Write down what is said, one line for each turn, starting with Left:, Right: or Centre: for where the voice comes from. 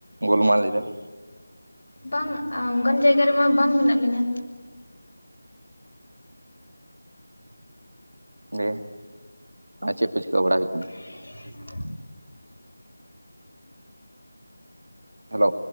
Right: ᱜᱳᱞᱢᱟᱞ ᱧᱚᱜ <unintelligible>
Left: ᱵᱟᱝ ᱟ ᱚᱝᱠᱟᱱ ᱡᱟᱭᱜᱟ ᱨᱮᱢᱟ ᱵᱟᱝ ᱢᱮᱱᱟᱜ ᱞᱤᱧᱟ᱾
Right: ᱫᱤᱭᱮ ᱟ ᱪᱮᱜ ᱯᱮ ᱪᱤᱠᱟ ᱵᱟᱲᱟᱭ ᱦᱩᱭᱩᱜ ᱠᱟᱱᱟ?
Left: <unintelligible>
Right: ᱦᱮᱞᱳ